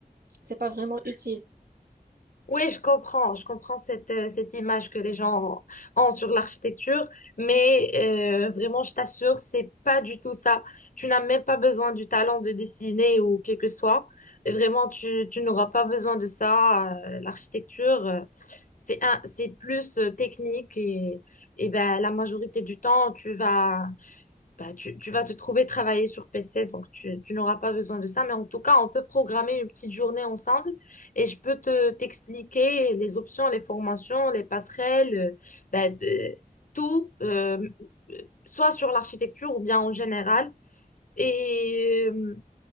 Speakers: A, on the right (about 75°); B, on the left (about 60°).
A: c'est pas vraiment utile.
B: Oui, je comprends, je comprends cette, euh, cette image que les gens ont sur l'architecture, mais euh, vraiment, je t'assure, c'est pas du tout ça. Tu n'as même pas besoin du talent de dessiner ou quel que soit. Vraiment, tu, tu n'auras pas besoin de ça. Euh, L'architecture, euh, c'est un, c'est plus euh, technique et, et ben, la majorité du temps, tu vas, bah, tu, tu vas te trouver travailler sur PC, donc tu, tu n'auras pas besoin de ça. Mais en tout cas, on peut programmer une petite journée ensemble et je peux te t'expliquer les options, les formations, les passerelles, euh, bah, de- tout, euh, soit sur l'architecture ou bien en général. Et, euh,